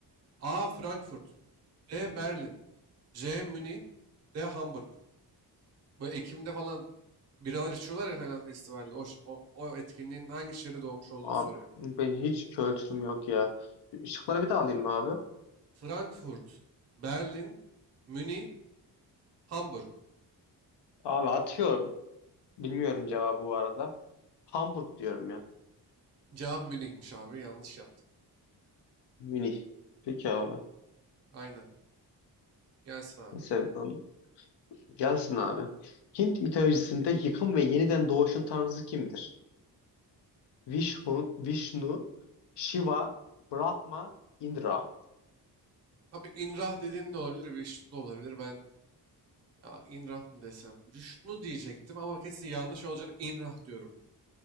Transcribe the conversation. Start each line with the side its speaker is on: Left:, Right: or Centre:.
Right: A. Frankfurt B. Berlin C. Münih D. Hamburg. Bu Ekim'de falan biralar içiyorlar ya falan festivalde. O, ş- o, o etkinliğin hangi şehirde doğmuş olduğunu
Left: Abi,
Right: soruyor.
Left: ben hiç kültürüm yok ya. Şıkları bir daha alayım mı abi?
Right: Frankfurt, Berlin, Münih, Hamburg.
Left: Abi atıyorum. Bilmiyorum cevabı bu arada. Hamburg diyorum ya.
Right: Cevap Münih'miş abi. Yanlış yaptın.
Left: Münih. Peki abi.
Right: Aynen. Gelsin abi.
Left: Neyse ıı, gelsin abi. Hint mitolojisinde yıkım ve yeniden doğuşun tanrısı kimdir? Vishnu, Vishnu, Shiva, Brahma, Indra.
Right: Abi İnrah dediğin de olabilir, Vişnu da olabilir. Ben ya İnrah mı desem? Vişnu diyecektim ama kesin yanlış olacağını İnrah diyorum.